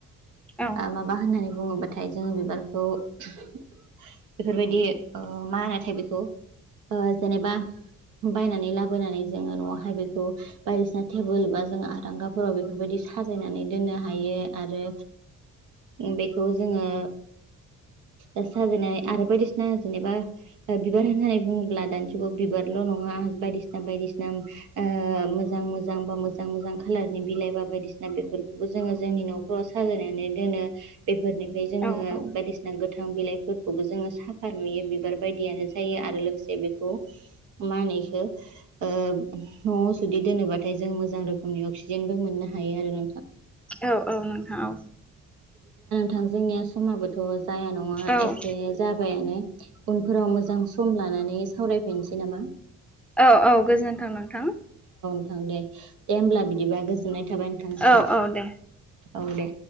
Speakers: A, in the centre; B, on the right.
A: औ
B: माबा होननानै बुङोबाथाय जोङो बिबारखौ बेफोरबायदि ओ मा होनोथाय बेखौ ओ जेनेबा बायनानै लाबोनानै जोङो न'आवहाय बेखौ बायदिसिना थेबोल बा जोङो आरांगाफोराव बेफोरबायदि साजायनानै दोननो हायो आरो बेखौ जोङो एस साजायनानै आरो बायदिसिना जेनेबा ओ बिबार होननानै बुङोब्ला दानि जुगाव बिबारल' नङा बाय दिसिना बायदिसिना ओ मोजां मोजां बा मोजां मोजां खालारनि बिलाइ बा बायदिसिना बेफोरख खौ जोङो जोंनि न'फोराव साजायनानै दोनो बेफोरनिफ्राय जोङो
A: औ औ
B: बायदिसिना गोथां बिलाइ खौबो जोङो साफा नुयो बिबार बायदियानो जायो आरो लोगोसे बेखौ मा होनो इखो ओ न'आव जुदि दोनोबाथाय जों मोजां रोखोमनि अक्सिजेनबो मोननो हायो आरो नोंथां
A: औ -औ नोंथां औ।
B: थां जोंनिया समाबोथ' जाया नङा
A: औ
B: एसे जाबायानो उनफोराव मोजां सम लानानै सावरायफैनोसै नामा?
A: औ -औ गोजोन्थों नोंथां।
B: थां दे दे होमब्ला बिदिबा गोजोननाय थाबाय नोंथांसिम।
A: औ औ दे
B: औ दे।